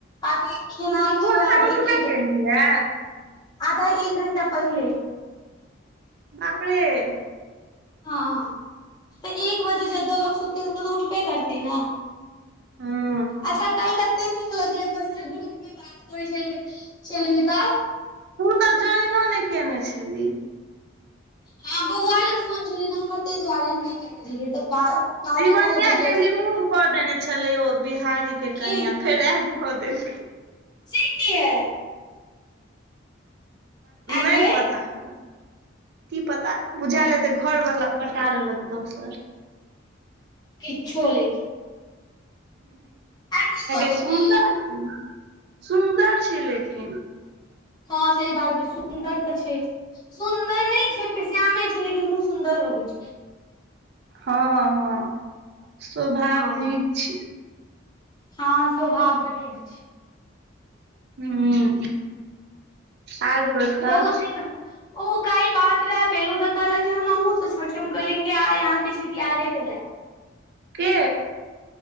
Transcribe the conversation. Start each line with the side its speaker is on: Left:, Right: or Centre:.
Left: बाकि खेनाइ
Right: तू
Left: छै
Right: एखन
Left: व
Right: उठबे
Left: एके
Right: केलहिये
Left: आध एक घंटा पहिल
Right: बापड़े
Left: हँ तऽ एक बजे जदो लो सुततते तऽ उठबे करते न
Right: हँ
Left: अच्छा क कते नीक लगले गुप मे बात कोइ चल तऽ
Right: तू तऽ जोइनो नहि केने छलीह
Left: हँ बौआ लक फोन छलल हमर ताहि दुआरे हम नहि केने रहियै तऽ बादमे
Right: तिवनिया
Left: कहलक बुझिया
Right: के रिमूव
Left: जी कि
Right: कऽ देने छलै ओ बिहारी के
Left: की
Right: कनिया फेर एह त कऽदेल
Left: ची की है आ
Right: नहि
Left: गए
Right: पता हमरा की पता बुझायलेते
Left: ओ
Right: घरवला पटाल लगतौ सर
Left: किछु लैेकी नहि
Right: ह
Left: कऽ देलही
Right: सुन्दर छै सुन्दर छै लेकिन
Left: हँ सही बात सुन्दर तऽ छै सुन्दर नहि छै पश्याम छै लेकिन मु सुन्दर लगै छै
Right: हँ हँ स्वभाव
Left: हँ
Right: निक छै
Left: हँ स भाव नहि छी
Right: ह्म आर बड़
Left: छै।
Right: तऽ
Left: बहुत नीक ओ काल्हि बात रहे पहिलु तऽ कहलक हम अहहुँ से छोट कहली आइ अहाँके छिटियहारारे भेले
Right: के